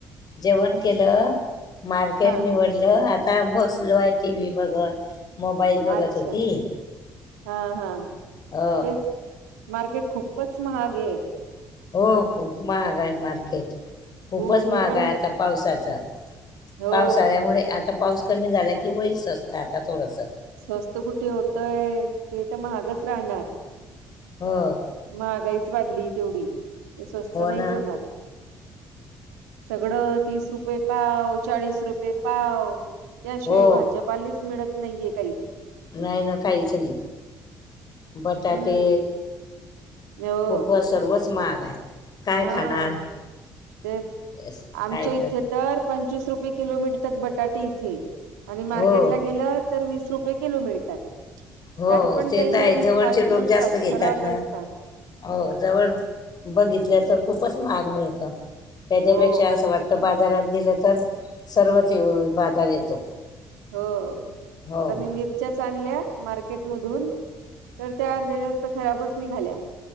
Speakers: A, on the left; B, on the right.
A: जेवण केलं मार्केट
B: हा
A: निवड लं आता बसलो आहे टी व्ही बघत. मोबाईल बघत
B: अच्छा
A: होती
B: हा हा
A: अ.
B: तेच मार्केट खूपच महाग आहे.
A: हो खूप महाग आहे मार्केट खूपच
B: खूप
A: महाग
B: मी पण
A: आहे आता पावसाचा.
B: हो
A: पाऊस आल्यामुळे आता पाऊस कमी झाला की वैरच असत आता थोडस.
B: स्वस्त कुठे होतंय ते तर महागच राहणार.
A: हो
B: महागाईच वाढली तेवढी ते स्वस्त
A: हो
B: नाहीच
A: ना
B: होणार. सगळं तीस रुपये पाव चाळीस रुपये पाव. त्याशिवाय
A: हो
B: भाजपालाच मिळत नाहीये काहीच.
A: नाही ना काहीच नाही बटाटे
B: हम्म हो
A: खूपच सर्वच महाग आहे. काय
B: हा
A: खाणार
B: तेच
A: येस,
B: आमच्या
A: काय
B: इथे. तर पंचवीस रुपये किलो मिळतात बटाटे इथे आणि मार्केटला
A: हो
B: गेलं. तर वीस रुपये किलो मिळतात.
A: हो
B: त्यात पण
A: तेच
B: काही
A: आहे
B: एवढी
A: जवळचे
B: खास
A: लोक
B: नसतात
A: जास्त घेतात
B: खराब
A: ना.
B: असतात
A: हो जवळ बघितल्या तर खूपच महाग मिळतो त्याच्यापेक्षा
B: हो
A: असं वाटत. तर बाजारात गेलं तर सर्वच बाजार येतो.
B: हो
A: हो
B: आता मी मिर च्या चांगल्या आणल्या मार्केट मधून तर त्या अर्ध्या जास्त खराबच निघाल्या.